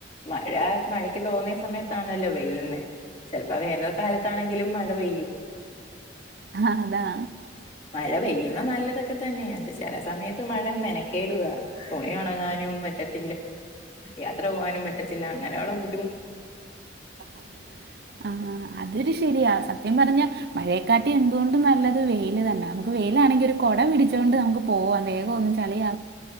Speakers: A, on the left (about 40°); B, on the right (about 60°).
A: മഴ മഴക്ക് തോന്നിയ സമയത്താണല്ലോ വെയ്യ െ ചിലപ്പോ വേനൽ കാലത്താണെങ്കിലും മഴ പെയ്യും.
B: ആഹ അതാ.
A: മഴ പെയ്യുന്ന നല്ലതൊക്കെ തന്നെയാ. ചില സമയത്ത് മഴ മെനക്കേടു ആകുവാ, തുണി ഉണങ്ങാനും പറ്റ യാത്ര പോകാനും പറ്റത്തില്ല അങ്ങനെയുള്ളദ്
B: ു ആ അതൊരു ശരിയാ സത്യം പറഞ്ഞ മഴയെക്കാൾ എന്തുകൊണ്ടും നല്ലത് വെയില് തന്നെ, നമുക്ക് വെയിലാണെങ്കിൽ ഒരു കുട പിടിച്ചുക കൊണ്ട് നമുക്ക് പോവാ അ വേഗ ഒും ചളിയ.